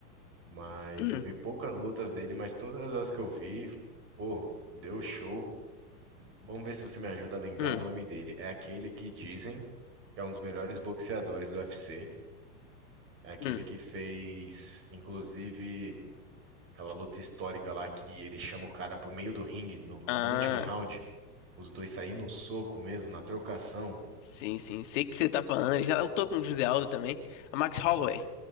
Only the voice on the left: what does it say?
Hum,
hum,
hum.
Ah,
sim, sim. Sei o que você tá falando. Ele Já lutou com o José Aldo também. A Max Holloway.